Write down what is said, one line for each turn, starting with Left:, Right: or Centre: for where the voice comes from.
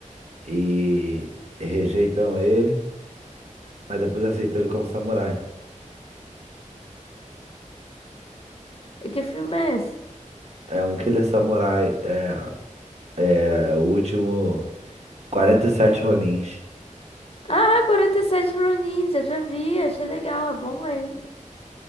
Right: E rejeitam ele, mas depois aceitou ele como samurai.
Left: E que filme é esse?
Right: É um que ele é samurai, é, é o último 47 Ronins.
Left: Ah, 47 Ronins, eu já vi, achei legal, é bom mesmo.